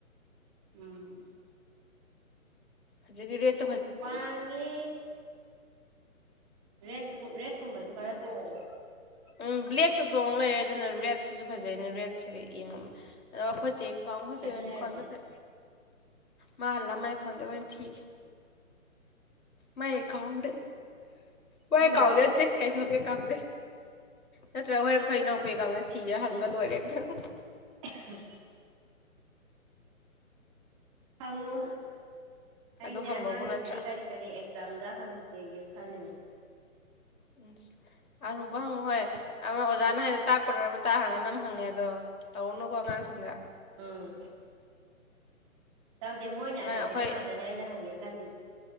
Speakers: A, on the right; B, on the left.
A: ꯎꯝ
B: ꯍꯧꯖꯤꯛꯀꯤ ꯔꯦꯠ
A: ꯋꯥꯉꯦ ꯔꯦ ꯔꯦꯠꯀꯨꯝꯕꯁꯨ ꯈꯔ ꯇꯣꯡꯉꯣ
B: ꯎꯝ ꯕ꯭ꯂꯦꯛꯇ ꯇꯣꯡꯉ ꯂꯩꯔꯦ ꯑꯗꯨꯅ ꯔꯦꯗꯁꯤꯁꯨ ꯐꯖꯩꯅꯤ ꯔꯦꯗꯁꯤꯒ ꯌꯦꯡꯉꯝꯃꯦ ꯑꯗꯣ ꯑꯩꯈꯣꯏꯆꯦ ꯀꯥꯡꯥꯎꯈꯣꯖꯤꯛ
A: ꯑꯗꯨꯅꯦ
B: ꯗꯨꯀꯥꯟ
A: ꯍꯥꯏꯁꯦ
B: ꯆꯈ꯭ꯔ ꯃꯥ ꯍꯜꯂꯝ ꯃꯥꯏ ꯐꯣꯟꯗ ꯑꯣꯏꯅ ꯊꯤ ꯃꯥꯏ ꯀꯥꯎꯗꯩ ꯃꯥꯏ
A: ꯅꯪꯒꯤꯔꯣ
B: ꯀꯥꯎꯗ ꯅꯠꯇꯦ ꯀꯩꯊꯣꯛꯀꯦ ꯀꯥꯎꯗꯩ ꯅꯠꯇ꯭ꯔꯒ ꯍꯣꯔꯦꯟꯈꯣꯏ ꯏꯅꯥꯎꯄꯤꯦꯒꯅ ꯊꯤꯔ ꯍꯪꯉ ꯂꯣꯏꯔꯦ ꯝꯛꯇꯪ
A: <unintelligible> ꯍꯪꯉꯨ ꯑꯩꯁꯦ
B: ꯑꯗꯨ ꯍꯪꯕꯕꯨ
A: ꯑꯉꯥꯡꯁꯤꯒꯤ
B: ꯅꯠꯇ꯭ꯔꯥ
A: ꯀꯔꯤ ꯀꯔꯤ ꯑꯦꯛꯖꯥꯝꯗ ꯍꯪꯁꯝꯒꯦ ꯈꯜꯂꯤ
B: ꯎꯝ ꯑꯔꯨꯕ ꯍꯪꯉꯨ ꯍꯣꯏ ꯑꯃ ꯑꯣꯖꯥꯅ ꯍꯥꯏꯗ ꯇꯥꯛꯄꯗꯅ ꯑꯃ ꯇꯇꯥ ꯍꯪꯕꯅ ꯑꯃ ꯍꯪꯉꯦ ꯑꯗꯣ ꯇꯧꯔꯨꯅꯨꯀꯣ ꯑꯉꯥꯡꯁꯤꯡꯗ
A: ꯎꯝ ꯇꯧꯗꯦ ꯃꯣꯏꯅ
B: ꯅꯪ
A: ꯍꯩꯕꯗꯣ
B: ꯑꯩꯈꯣꯏ
A: ꯉꯥꯛꯇꯅꯦ ꯑꯩꯅ ꯍꯪꯒꯦ ꯈꯜꯂꯤꯁꯦ